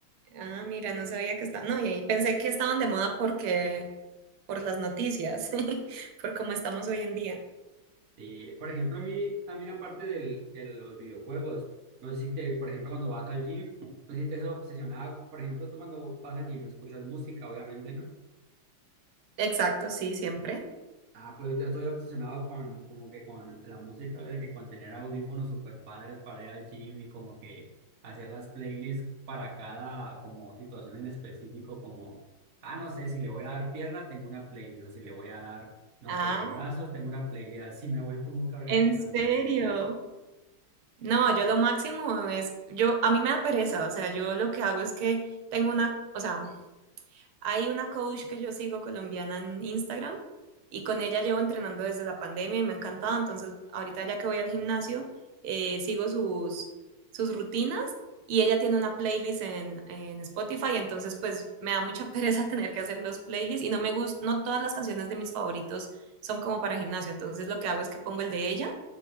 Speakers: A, on the right; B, on the right.
A: Ah, mira, no sabía que está. No, y ahí pensé que estaban de moda porque por las noticias, <laughs> por cómo estamos hoy en día.
B: Y por ejemplo, a mí también aparte del, de los videojuegos, no sé si te, por ejemplo, cuando vas al gym, no sé si te obsesionada, por ejemplo, tú cuando vas al gym escuchas música, obviamente, ¿no?
A: Exacto, sí, siempre.
B: Ah, pues ahorita estoy obsesionado con, como que con la música, de que con tener audífonos super padres para ir al gym y como que hacer las playlists para cada como situación en específico, como, ah, no sé, si le voy a dar pierna, tengo una playlist, o si le voy a dar, no
A: Ah,
B: sé, brazos, tengo una playlist, así me voy como que organizando.
A: ¿en serio? No, yo lo máximo es, yo, a mí me da pereza, o sea, yo lo que hago es que tengo una, o sea, hay una coach que yo sigo colombiana en Instagram y con ella llevo entrenando desde la pandemia y me ha encantado, entonces ahorita ya que voy al gimnasio, eh, sigo sus, sus rutinas y ella tiene una playlist en, en Spotify, entonces pues me da mucha pereza <laughs> tener que hacer los playlists y no me gusta, no todas las canciones de mis favoritos son como para gimnasio, entonces lo que hago es que pongo el de ella